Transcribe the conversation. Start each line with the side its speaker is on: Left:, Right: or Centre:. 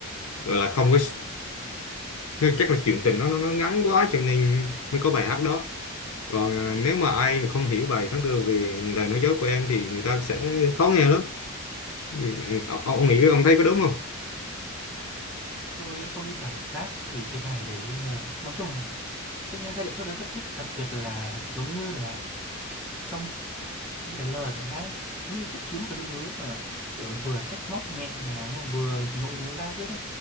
Left: gọi là không có chắc là chuyện tình nó nó nó ngắn quá cho nên mới có bài hát đó còn à, nếu mà ai mà không hiểu bài tháng tư về lời nói dối của em thì người ta sẽ khó nghe lắm Ừ, ông, ông nghĩ ông thấy có đúng không
Centre: Tôi tôi cảm giác thì cái bài đấy ờ, nói chung là Tôi nghe giai điệu tôi đã rất thích, đặc biệt là giống như là trong cái lời của bài hát ấy, nó như chất chứa một cái nỗi nhớ mà kiểu là vừa trách móc nhẹ nhàng nhưng mà vừa nỗi nhớ da diết ấy.